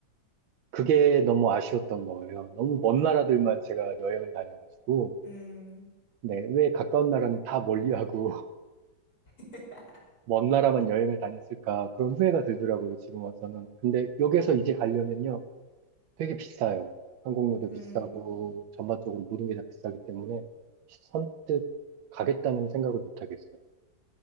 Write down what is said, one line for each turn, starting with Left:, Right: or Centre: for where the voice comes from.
Right: 그게 너무 아쉬웠던 거예요. 너무 먼 나라들만 제가 여행을 다녀가지고
Left: 음,
Right: 네, 왜 가까운 나라는 다 멀리하고 <laughs>
Left: <laughs>
Right: 먼 나라만 여행을 다녔을까 그런 후회가 들더라고요. 지금 와서는. 근데 여기서 이제 가려면요. 되게 비싸요. 항공료도
Left: 음.
Right: 비싸고 전반적으로 모든 게 다 비싸기 때문에 선뜻 가겠다는 생각을 못 하겠어요.